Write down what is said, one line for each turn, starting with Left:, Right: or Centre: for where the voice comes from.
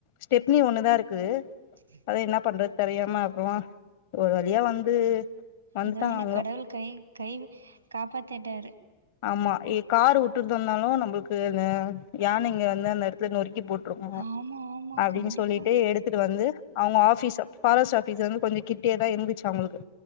Left: ஸ்டெப்னி ஒண்ணுதா ருக்குது
Right: <inaudible>
Left: அத என்னா பண்றது தெரியாம அப்புறமா ஒரு வழியா வந்து வந்துட்டாங்க
Right: ஏதோ ஒன்னு
Left: அவங்களு
Right: கடவுள் கை கை காப்பாத்திட்டாரு
Left: ம்மா இ கார் வுட்டுட்டு வந்தாலு நம்புளுக்கு ந யானைங்க வந்து அந்த எடத்த நொறுக்கி போட் <unintelligible>
Right: ஆமா ஆமா
Left: அப்டின்
Right: கண்டிப்பா
Left: சொல்லிட்டு எடுத்துட்டு வந்து அவுங்க ஆஃபீஸ்ச ஃபாரஸ்ட் ஆஃபீஸ் வந்து கொஞ்சோ கிட்டயேதா இருந்துச்சு அவுங்களுக்கு